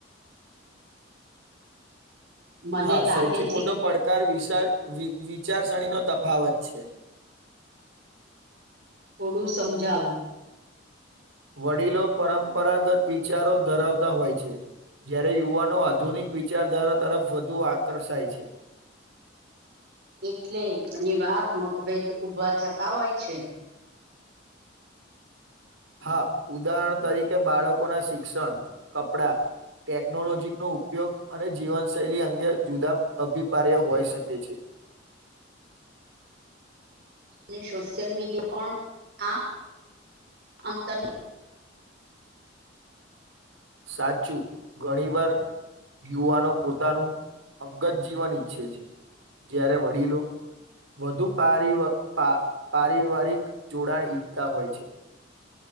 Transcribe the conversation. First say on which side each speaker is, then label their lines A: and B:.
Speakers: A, on the right; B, on the right.
A: મને
B: હા
A: લાગે
B: સૌથી
A: છે
B: મોટો પડકાર વિશાર-વિચારસણીનો તફાવત છે.
A: થોડું સમજાવ
B: વડીલો પરંપરાગત વિચારો ધરાવતા હોય છે. જયારે યુવાનો આધુનિક વિચારધારા તરફ વધુ આકર્ષાય છે.
A: એટલે ઘણી વાર મતભેદ ઊભા થતા હોય છે.
B: હા ઉદાહરણ તરીકે બાળકો ના શિક્ષણ, કપડા ટેકનોલોજીનો ઉપયોગ અને જીવનશૈલી અંગે જુદા અભિપાર્ય હોઈ શકે છે.
A: <inaudible> અને સોશિયલ મીડિયા પણ આ <inaudible> અંતર
B: સાચું ઘણી વાર યુવાનો પોતાનું અંગત જીવન ઈચ્છે છે જ્યારે વડીલો વધુ પારિવ-પા-પારિવારિક જોડાણ ઈચ્છતા હોય છે.